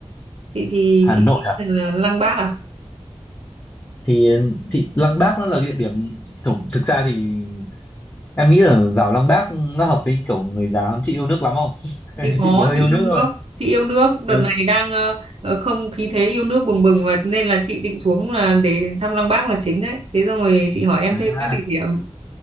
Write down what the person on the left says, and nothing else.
Hà
Nội
à?
Thì thì Lăng Bác nó là cái địa điểm thực thực ra thì Em nghĩ là vào Lăng Bác nó hợp với kiểu người già hơn chị yêu nước lắm không? <laughs>
Chị thì hơi
yêu
nước
thôi
Ừ.
À.